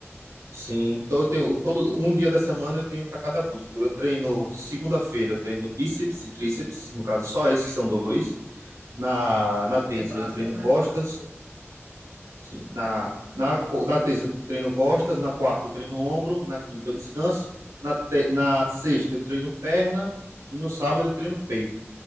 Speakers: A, on the right; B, on the right.
A: Sim, então eu tenho todo um dia da semana eu tenho para cada músculo. Eu treino segunda-feira, eu treino bíceps e tríceps, no caso só esses que são dois. Na, na terça
B: Que é braço,
A: eu treino
B: né? Mais
A: costas,
B: braço, assim.
A: sim, na na co- na terça eu treino costas, na quarta eu treino ombro, na quinta eu descanso, na te- na sexta eu treino perna e no sábado eu treino peito.